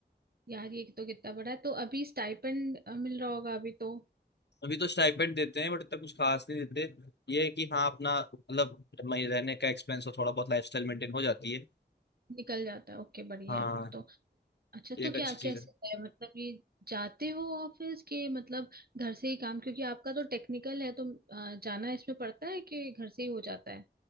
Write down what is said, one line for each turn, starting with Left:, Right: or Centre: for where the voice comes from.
Right: यार ये तो कितना बड़ा है तो अभी स्टाइपेंड मिल रहा होगा अभी तो
Left: अभी तो स्टाइपेंड देते हैं बट इतना कुछ खास नहीं देते ये है कि हाँ अपना मतलब मही- रहने का एक्सपेंस और थोड़ा बहुत लाइफ स्टाइल मेंटेन हो जाती है
Right: निकल जाता है ओके बढ़िया
Left: हाँ
Right: है फिर तो अच्छा
Left: ये
Right: तो
Left: एक
Right: क्या
Left: अच्छी चीज
Right: कैसे
Left: है
Right: है मतलब ये जाते हो ऑफिस के मतलब घर से ही काम क्योंकि आपका तो टेक्निकल है तो अ, जाना इसमें पड़ता है कि घर से ही हो जाता है